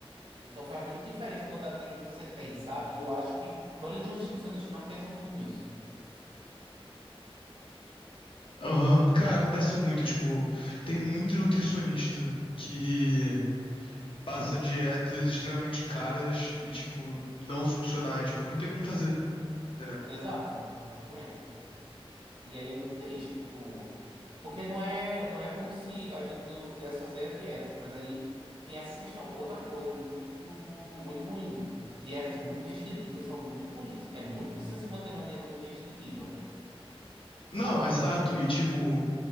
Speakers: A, on the right (about 60°); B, on the left (about 60°).
A: Então faz muita diferença a quantidade de dinheiro que você tem, sabe? E eu acho que a maioria dos nutricionistas não pensam muito nisso.
B: Aham. Cara, acontece muito, tipo, tem muito nutricionista que passa dietas extremamente caras e, tipo, não funcionais, porque não tem como fazer, entendeu?
A: Exato, exatamente. E aí é muito triste, tipo, porque não é, não é como se a gente, eu não quisesse fazer as dietas, mas aí tem essas questões. Outra coisa muito, muito ruim. Dietas muito restritivas são muito ruins. É muito difícil se manter numa dieta muito restritiva, sabe?
B: Não, exato. E, tipo,